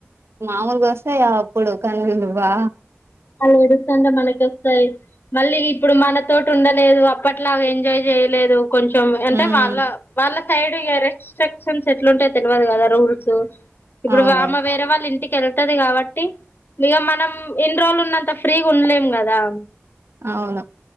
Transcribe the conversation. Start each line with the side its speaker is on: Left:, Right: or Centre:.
Right: మాముూలుగా వస్తాయా అప్పుడు కన్నీలు బా
Left: వాళ్ళు ఏడుస్తంటే మనకి వస్తాయి మళ్ళీ ఇప్పుడు మనతోటి ఉండలేదు అప్పట్లాగ ఎంజాయ్ చేయలేదు కొంచెం అంటే
Right: ఉమ్
Left: వాళ్ళ వాళ్ళ సైడ్ రెస్టెక్ క్షన్స్ ఎట్లుంటయో తెల్వదు కదా రూల్స్ ఇప్పుడు
Right: అవును
Left: వామె వేరే వాళ్ళ ఇంటికి కెళ్తది కాబట్టి ఇగ మనం ఇన్ని రోజులు ఉన్నంత ఫ్రీగా ఉండలేం కదా
Right: అవును